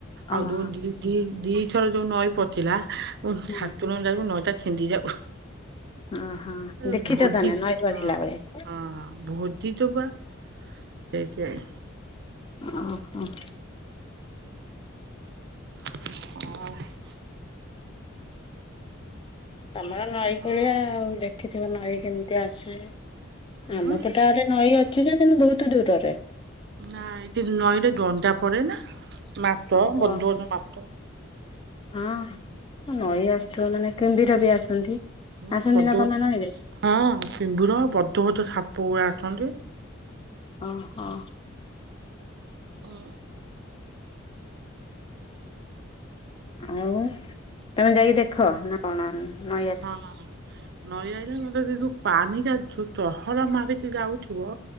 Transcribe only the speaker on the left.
ଓହୋ
ହୁଁ।
ଓହୋ
ଦେଖିଛ ତାହେଲେ ନଈ
ବଢ଼ିଲା ବେଳେ?
ଓ ହୋ।
ତମର ନଈ
କୁଳିଆ ଆଉ ଦେଖିଥିବ ନଈ କେମିତି ଆସେ ଆମ
ପଟେ ଟ ଆଡେ ନଈ ଅଛି ଯେ କିନ୍ତୁ ବହୁତ ଦୂରରେ।
ଓହୋ।
ହଁ ନଈ
ଆସୁଥିବ ମାନେ କୁମ୍ଭୀର ବି ଆସନ୍ତି।
ଆସନ୍ତି
ନା ତମେ
ନଈରେ?
ଓହୋ।
ଆଉ ତମେ ଯାଇକି ଦେଖ ନା କଣ ନ